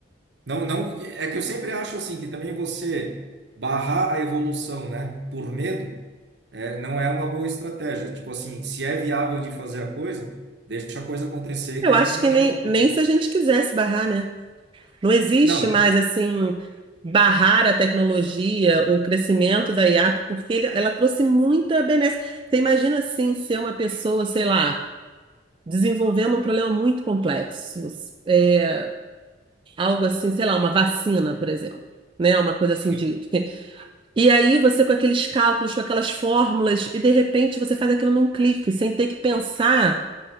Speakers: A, on the right; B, on the right.
A: Não, não, é que eu sempre acho assim, que também você barrar a evolução, né, por medo. é, não é uma boa estratégia. Tipo assim, se é viável de fazer a coisa, deixa a coisa acontecer
B: Eu
A: que a
B: acho
A: gente vai
B: que
A: achar.
B: nem,
A: um-
B: nem se a gente quisesse barrar, né? Não existe
A: Não.
B: mais, assim, barrar a tecnologia, o crescimento da IA, porque ele- ela trouxe muita benéfica. Você imagina, assim, ser uma pessoa, sei lá, desenvolvendo um problema muito complexo, é, algo assim, sei lá, uma vacina, por exemplo. Né, uma coisa assim
A: Sim.
B: de. de- E aí, você com aqueles cálculos, com aquelas fórmulas, e de repente você faz aquilo num clique, sem ter que pensar